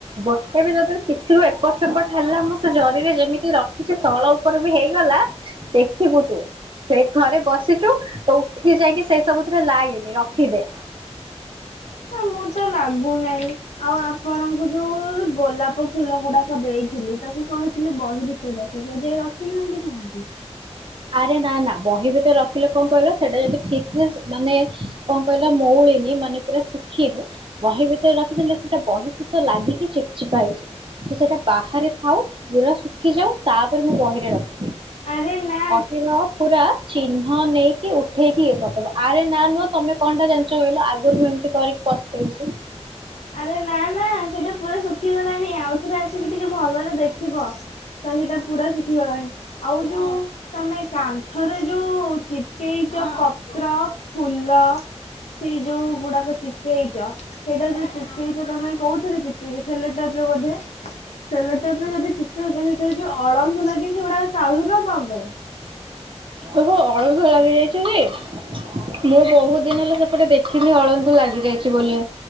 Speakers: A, on the right; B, on the left.
A: ଗୋଟେ ବି ଯଦି କିଛିରୁ ଏପଟ ସେପଟ ହେଲା ମୁଁ ସେ ଜରିରେ ଯେମିତି ରଖିଛି ତଳ ଉପରେ ବି ହେଇଗଲା ଦେଖିବୁ ତୁ ସେ ଘରେ ବସି ତ ଉଠି ଯାଇକି ସେଇ ସବୁଥିରେ ଲାଗେନି ରଖିଦେ
B: ହଁ ମୁଁ ତ ଲାଗୁନାହିଁ ଆଉ ଆପଣଙ୍କୁ ଯୋଉ ଗୋଲାପ ଫୁଲ ଗୁଡାକ ଦେଇଥିଲି ତାକୁ କହିଥିଲି ବହି ରଚ ରଖ କେ ଯାଇ ରଖିନାହାନ୍ତି କାହିଁକି?
A: ଆରେ ନା ନା ବହି ଭିତରେ ରଖିଲେ କଣ କହିଲ ସେଟା ଯଦି ଠିକ ସେ ମାନେ କଣ କହିଲ ମଉଳିନି ମାନେ ପୁରା ଶୁଖିନି ବହି ଭିତରେ ରଖିଦେଲେ ସେଟା ବହି ସହିତ ଲାଗିକି ଚିପ ଚିପା ହେଇଯିବ ତ ସେଟା ବାହାରେ ଥାଉ ପୁରା ଶୁଖି ଯାଉ ତାପରେ ମୁଁ ବହିରେ ରଖିବି।
B: ଆରେ ନା
A: ଦିନ ପୁରା ଚିହ୍ନ ନେଇକି ଉଠେଇକି ଇଏ କରିଦବ ଆରେ ନା ନୁହଁ ତମେ କଣ ଟା ଜାଣିଛ କହିଲ ଆଗରୁ ମୁଁ ଏମିତି କରିକି ପସ୍ତେଇଚି।
B: ଆରେ ନା ନା ସେଇଟା ପୁରା ଶୁଖିଗଲାଣି ଆଉଥରେ ଆସିକି ଟିକେ ଭଲରେ ଦେଖିବ ତ ସେଇଟା ପୁରା ଶୁଖିଗଲାଣି ଆଉ ଯୋଉ ତମେ କାନ୍ଥରେ ଯୋଉ ଚିକେଇଚ ପତ୍ର ଫୁଲ ସେ ଯୋଉ ଗୁଡାକ ଚିକେଇଚ ସେଇଟା ଯଦି ଚିପେଇଛ ତମେ କୋଉଥିରେ ଚିପେଇଛ ସେଟ ଟପ ରେ ବୋ ସେଲ ଟାଇପ ରେ ଯଦି ଚିପେଇଛ ଭିତରେ ଯୋଉ ଅଳଙ୍ଗୁ ଲାଗେ ସେଗୁଡା କାଳୁ ନା କମ
A: ଓହୋ ଅଳଧ ଲାଗି ଯାଇ ମୁଁ ବହୁତ ଦିନ ହେଲା ସେପଟେ ଦେଖିନି ଅଳଧୁ ଲାଗି ଯାଇଛି ବୋଲି